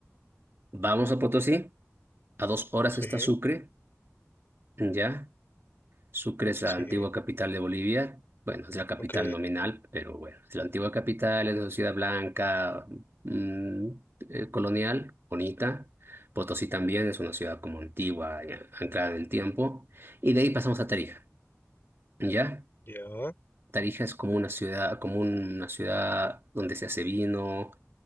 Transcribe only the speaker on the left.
Sí,
sí,
ok,
ya.